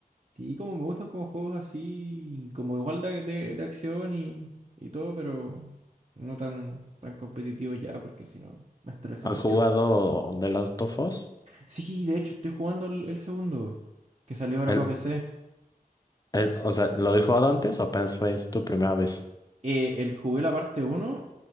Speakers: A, on the right; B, on the left.
A: Sí, como me gustan como juegos así, como igual de, de, de acción y, y todo, pero no tan, tan competitivo ya, porque si no me estreso
B: ¿Has
A: mucho.
B: jugado The Last of Us?
A: Sí, de hecho estoy jugando el, el segundo, que salió ahora
B: El-
A: para PC.
B: el- o sea, ¿lo habías jugado antes o apenas fue es tu primera vez?
A: Eh, el, jugué la parte uno